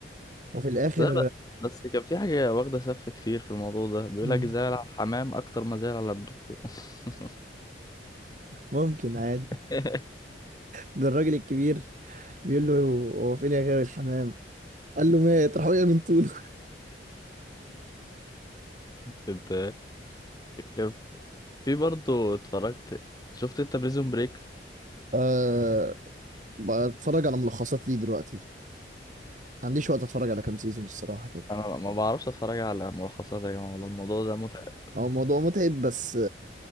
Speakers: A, on the right; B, on the left.
A: وفي الاخر
B: لا لا بس كان في حاجة واخدة سف كتير في الموضوع ده بيقولك
A: مم،
B: زعل على الحمام أكتر ما زعل على ابنه <laughs>
A: ممكن عادي
B: <laughs>
A: ده الراجل الكبير بيقول له هو فين يا غاوي الحمام قال له مات راح وقع من طوله <laughs>
B: انت لو- في برضه اتفرجت شفت انت بريزون بريك
A: أه بتفرج على ملخصات ليه دلوقتي ما عنديش وقت اتفرج على كام سيزون الصراحه كده
B: انا ما بعرفش اتفرج على ملخصات يا جماعه والله الموضوع ده متعب
A: هو الموضوع متعب بس